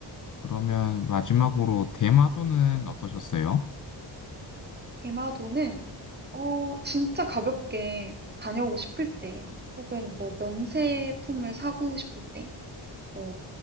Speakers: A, on the left; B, on the right.
A: 그러면 마지막으로 대마도는 어떠셨어요?
B: 대마도는 어 진짜 가볍게 다녀오고 싶을 때 혹은 뭐 면세품을 사고 싶을 때 뭐